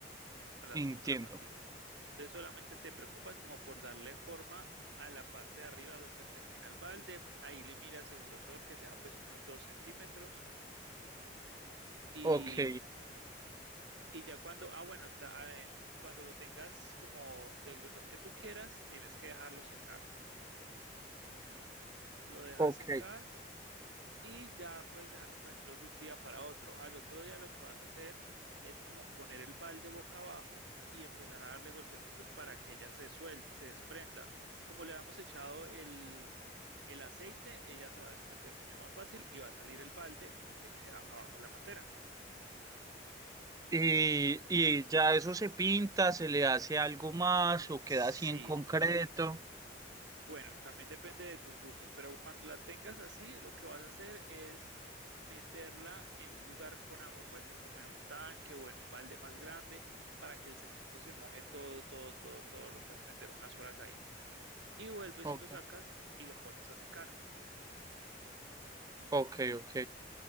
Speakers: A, on the right; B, on the right.
A: con las,
B: entiendo.
A: con la matica. Entonces solamente te preocupas como por darle forma a la parte de arriba donde termina el balde, ahí le miras el grosor que sea pues unos 2 centímetros y,
B: Ok,
A: y ya cuando, ah bueno, ta- ah, eh, cuando lo tengas como del grosor que tú quieras, tienes que dejarlo secar. Lo dejas
B: ok.
A: secar y ya puedes dejarlo, por ejemplo, de un día para otro. Al otro día lo que vas a hacer es como poner el balde boca abajo y empezar a darle golpecitos para que ella se suelte, se desprenda. Como le habíamos echado el, el aceite, ella se va a desprender mucho más fácil y va a salir el balde y te queda abajo la matera.
B: Y, y ya eso se pinta, se le hace algo más o queda
A: Sí,
B: así en concreto.
A: Bueno, también depende de tus gustos, pero cuando la tengas así, lo que vas a hacer es meterla en un lugar con agua, puede ser como en un tanque o en un balde más grande, para que el cemento se moje todo, todo, todo, todo, lo puedes meter unas horas ahí. Y vuelves
B: Ok,
A: y lo sacas y lo pones a secar.
B: ok, ok.